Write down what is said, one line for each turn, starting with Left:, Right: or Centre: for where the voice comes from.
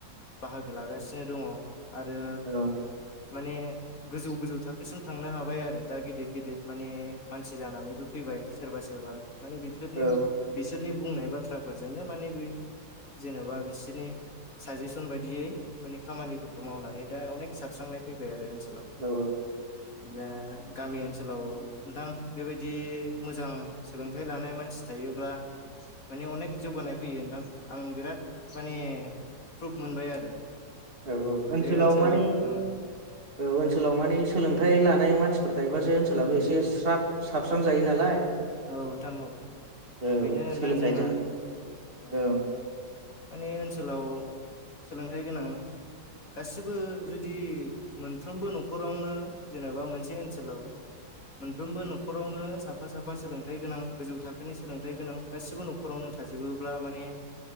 Left: बाहागो लागासिनो दङ आरो
Right: औ
Left: माने गोजौ गोजौ थाखोसिम थांनो हाबाय आरो दा गिदिर गिदिर माने मानसि जानानै बो फैबाय सोरबा सोरबा माने बिफोरनि
Right: औ
Left: बिसोरनि बुंनाय बाथ्राफोरजोंनो माने बै जेन'बा बिसोरनि साजेसन बायदियै माने खामानिफोरखौ मावनानै दा अनेक साबस्रां नाय फैबाय आरो ओनसोलाव
Right: औ
Left: दा गामि ओनसोलाव नोंथां बेबायदि मोजां सोलोंथाइ लानाय मानसि थायोब्ला माने अनेक जौगानाय फैयो नोंथां आं बिराद माने प्रुभ मोनबाय आरो
Right: औ औ ओनसोलाव
Left: जे
Right: माने
Left: ओ
Right: औ ओनसोलाव माने सोलों थाइ लानाय मानसिफोर थायोबासो ओनसोलाबो एसे स्राब-साबस्रां जायो नालाय
Left: औ नोंथां औ
Right: औ
Left: बेनो नोंथां
Right: सोलोंथाइजों
Left: जोंना ओ
Right: औ
Left: माने ओनसोलाव सोलोंथाइ गोनां गासिबो जुदि मोनफ्रोमबो नखरावनो जेनेबा मोनसे ओनसोलाव मोनफ्रोमबो नखरावनो साफा साफा सोलोंथाइ गोनां गोजौ थाखोनि सोलोंथाइ गोनां गासिबो नखरावनो थाजोबोब्ला माने